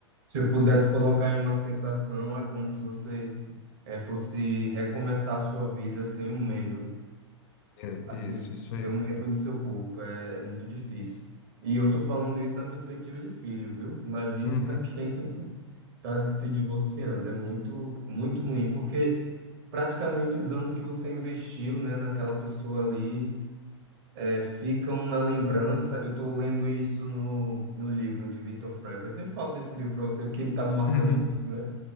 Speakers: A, on the right (about 55°); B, on the left (about 40°).
A: Se eu pudesse colocar em uma sensação, é como se você eh, fosse recomeçar a sua vida sem um membro,
B: É,
A: assim,
B: isso, isso aí.
A: sem um membro do seu corpo. É, é muito difícil. E eu tô falando isso na perspectiva de filho, viu? Imagine
B: Uhum.
A: para quem tá se divorciando. É muito, muito ruim, porque praticamente os anos que você investiu, né, naquela pessoa ali, é, ficam na lembrança. Eu tô lendo isso no, no livro de Viktor Frankl. Eu sempre falo desse livro para você, porque ele tá me marcando
B: Uhum.
A: muito, né?